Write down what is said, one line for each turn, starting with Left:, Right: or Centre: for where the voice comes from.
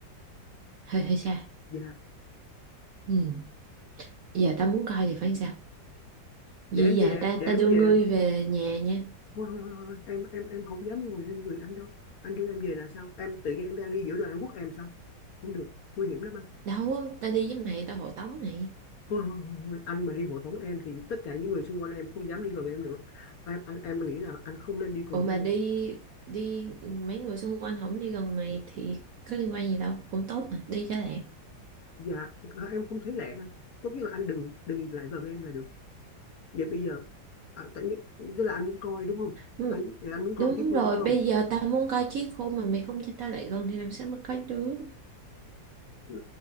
Right: Hơi hơi xa.
Left: dạ
Right: Ừ, giờ tao muốn coi thì phải sao? Vậy
Left: để em
Right: giờ
Left: về
Right: ta
Left: để
Right: ta
Left: em
Right: đưa
Left: về
Right: ngươi về nhà nha.
Left: thôi, thôi, thôi, thôi. em em em không dám ngồi lên người anh đâu anh đưa em về là sao em tự nhiên em đang đi giữa đường anh quất em sao không được nguy hiểm lắm anh
Right: Đâu, ta đi với mày, tao hộ tống mày.
Left: thôi, thôi, thôi, thôi. anh mà đi hộ tống em thì tất cả những người xung quanh em không dám đi gần em nữa em anh em nghĩ là anh không nên đi cùng
Right: Ủa
Left: với
Right: mà
Left: em
Right: đi đi mấy người xung quanh không đi gần mày thì có liên quan gì đâu cũng tốt mà đi cho lẹ
Left: dạ à, em không thấy lẻ tốt nhất là anh đừng đừng lại gần em là được vậy bây giờ à, tại nhất tức là anh muốn coi đúng không
Right: ừ,
Left: anh thì anh muốn coi
Right: đúng
Left: chiếc hôn
Right: rồi
Left: phải không
Right: bây giờ tao muốn coi chiếc khôn mà mày không cho tao lại gần thì làm sao mà coi được
Left: Ừ,